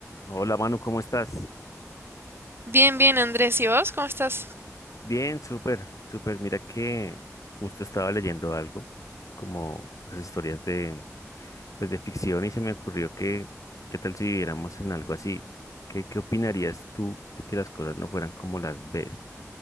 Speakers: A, on the left (about 80°); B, on the right (about 45°).
A: Hola Manu, ¿cómo estás?
B: Bien, bien, Andrés. ¿Y vos? ¿Cómo estás?
A: Bien, súper, súper. Mira que justo estaba leyendo algo, como esas historias de, pues de ficción y se me ocurrió que, ¿qué tal si viviéramos en algo así? ¿Qué, qué opinarías tú de que las cosas no fueran como las ves?